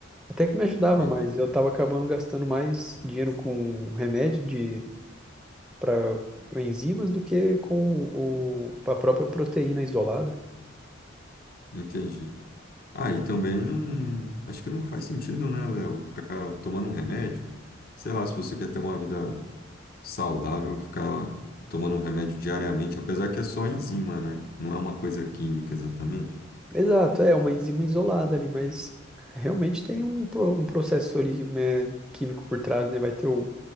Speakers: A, in the centre; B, on the left (about 50°).
A: Até que me ajudava,
B: Aham,
A: mas eu estava acabando gastando mais dinheiro com remédio de para enzimas do que com o, a própria proteína isolada.
B: entendi. Ah, e também não. Acho que não faz sentido, né, Léo? Ficar tomando um remédio. Sei lá, se você quer ter uma vida saudável, ficar tomando um remédio diariamente, apesar que é só enzima, né? Não é uma coisa química exatamente.
A: Exato, é uma enzima isolada ali, mas realmente tem um, pro- um processo ali né, químico por trás, né? Vai ter o-